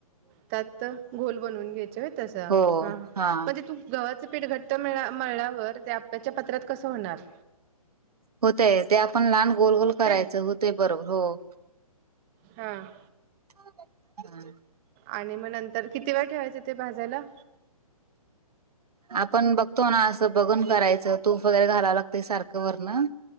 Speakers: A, on the right; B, on the right.
A: त्यांत, घोलं बनवूंन घ्यायचं वयं तसं,
B: हो
A: हां हां म्हणजे
B: हा
A: तूं गव्हाचं पीठ घट्ट मळल्यांवर, ते आप्याच्यां पात्रांत कसं होणारं?
B: होतंय, ते आपणं लहांन गोलं गोलं
A: होतंय
B: करायचं, होतेय बरोबर, हो.
A: हां.
B: हा.
A: आणि मगं नंतर, किती वेळं ठेवायचं ते भाजांयला.
B: आपणं बघतो नां, असं बघुंन करायचं, तूंप वगैरें घालावं लागतंय सारखं वरनं,